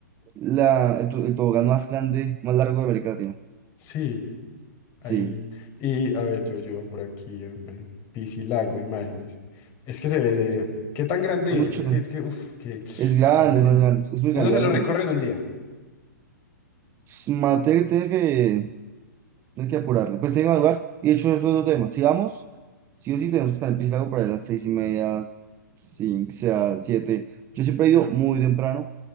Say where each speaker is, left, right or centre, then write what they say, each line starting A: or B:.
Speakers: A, on the right; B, on the left.
A: la, el, tu- el tobogán más grande, más largo de América Latina.
B: Sí. Ahí,
A: Sí,
B: y a ver, yo llevo por aquí, hombre. Piscilago, imágenes. Es que se ve. ¿Qué tan grande
A: es mucho,
B: es? Es que, es que, uff, que <sniffs>
A: es grande,
B: me da miedo.
A: es más grande, es muy
B: Uno
A: grande,
B: se
A: la
B: lo
A: verdad,
B: recorre
A: muy grande.
B: en un día.
A: Es materia que tiene que No hay que apurarle. Pues tengo que madrugar. Y de hecho, eso es otro tema. Si vamos, sí o sí tenemos que estar en Piscilago por ahí a las seis y media, cinco, sea, siete. Yo siempre he ido muy temprano,